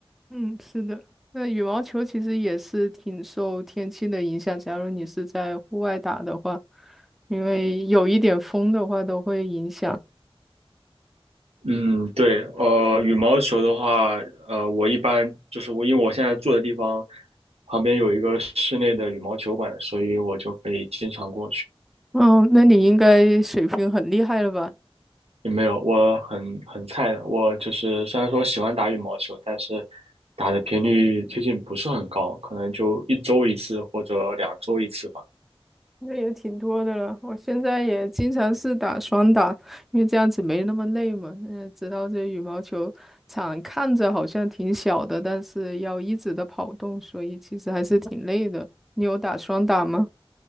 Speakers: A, in the centre; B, on the right (about 80°).
A: 嗯，是的。那羽毛球其实也是挺受天气的影响，假如你是在户外打的话，因为有一点风的话都会影响。
B: 嗯，对，呃，羽毛球的话，呃，我一般就是我，因为我现在住的地方旁边有一个室内的羽毛球馆，所以我就可以经常过去。
A: 哦，那你应该水平很厉害了吧？
B: 也没有，我很很菜的。我就是虽然说喜欢打羽毛球，但是打的频率最近不是很高，可能就一周一次或者两周一次吧。
A: 那也挺多的了。我现在也经常是打双打，因为这样子没那么累嘛。嗯，知道这羽毛球场看着好像挺小的，但是要一直的跑动，所以其实还是挺累的。你有打双打吗？